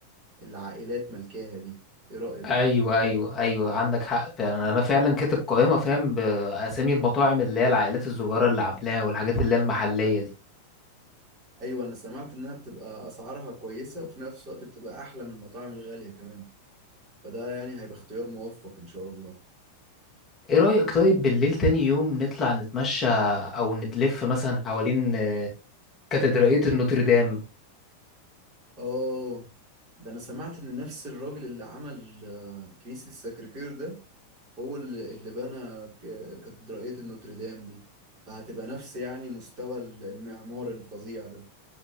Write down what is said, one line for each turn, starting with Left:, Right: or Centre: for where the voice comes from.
Right: اللي العائلات ملكاها دي ايه رأيك
Left: ايوه ايوه ايوه عندك حق فعلا انا فعلا كاتب قائمه فاهم باسامي المطاعم اللي هي العائلات الصغيره اللي عاملاها والحاجات اللي هي المحليه دي
Right: ايوه انا سمعت انها بتبقى اسعارها كويسة وفي نفس الوقت بتبقى احلى من المطاعم الغالية كمان فده يعني هيبقى اختيار موفق ان شاء الله
Left: ايه رايك طيب بالليل تاني يوم نطلع نتمشى او نتلف مثلا حوالين آه، كاتدرائيه النوتردام
Right: اه ده انا سمعت ان نفس الراجل اللي عمل آه، كنيسة السكركير ده هو اللي اللي بنى ك- كاتدرائية النوتردام دي فهتبقى نفس يعني مستوى المعمار الفظيع ده